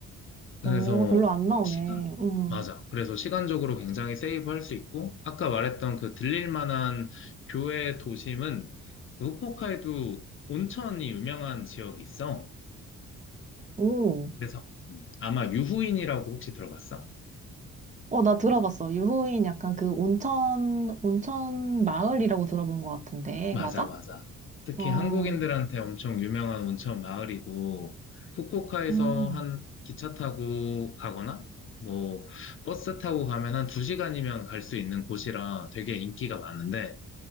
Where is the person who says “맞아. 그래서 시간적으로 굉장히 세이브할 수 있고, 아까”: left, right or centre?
Left